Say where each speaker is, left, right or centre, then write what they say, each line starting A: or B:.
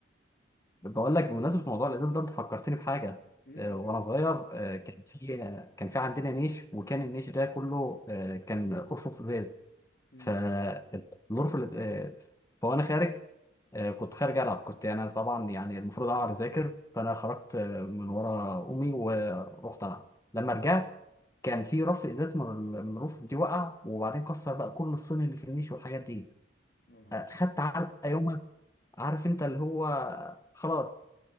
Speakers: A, on the left; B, on the left.
A: بقول لك بمناسبه موضوع الازاز ده انت فكرتني بحاجه
B: امم
A: آه،
B: ما بقول
A: وانا صغير آه، كان في آه، كان في عندنا نيش وكان النيش ده كله آه، كان ارفف ازاز
B: امم
A: فالارف فانا خارج آه، كنت خارج العب كنت انا طبعا يعني المفروض اقعد اذاكر فانا خرجت آه، من ورا امي ورحت العب لما رجعت كان في رف ازاز من ال- من الرفوف دي وقع وبعدين كسر بقى كل الصين اللي في النيش والحاجات دي
B: يا نهار
A: آه،
B: اسود
A: خدت علقه يومها عارف انت اللي هو خلاص